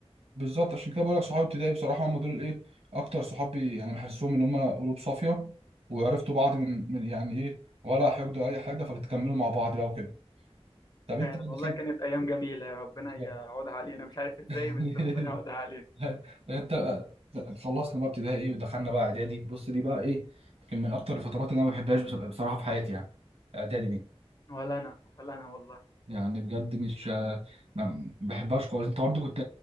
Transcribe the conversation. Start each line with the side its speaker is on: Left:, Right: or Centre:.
Right: بالظبط عشان كده بقول لك صحابي ابتدائي بصراحه هم دول الايه اكتر صحابي يعني بحسهم ان هم قلوب صافيه وعرفتوا بعض من, من يعني ايه ولا حقدوا اي حاجه فبتكملوا مع بعض بقى وكده طب انت
Left: فعلا
Right: بقى دخلت
Left: والله كانت ايام جميلة ربنا
Right: بالظبط
Left: يعودها علينا مش عارف ازاي
Right: <laughs>
Left: بس ربنا يعودها علينا
Right: لا، انت لا، خلصنا بقى ابتدائي ايه، ودخلنا بقى اعدادي بص دي بقى ايه يمكن من اكتر الفترات اللي انا ما بحبهاش بص- بصراحه في حياتي يعني اعدادي دي
Left: ولا انا ولا انا والله
Right: يعني بجد مش ما ما بحبهاش خالص انت برضه كنت